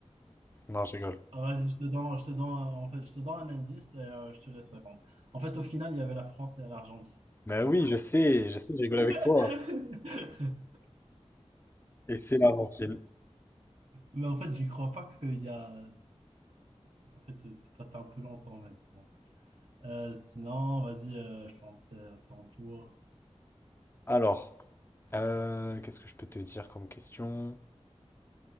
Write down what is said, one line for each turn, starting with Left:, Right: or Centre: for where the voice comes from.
Left: Non, je rigole.
Right: Ah, vas-y, je te donne, je te donne, en fait, je te donne un indice et euh, je te laisse répondre. En fait, au final, il y avait la France et l'Argentine.
Left: Mais oui, je sais, je sais, je rigole avec
Right: <laughs>
Left: toi. Et c'est l'Argentine.
Right: Mais en fait, j'y crois pas qu'il y a. En fait, c'est c'est passé un peu longtemps même. Bon. Euh, sinon, vas-y, euh, je pense euh, ton tour.
Left: Alors, euh, qu'est-ce que je peux te dire comme question?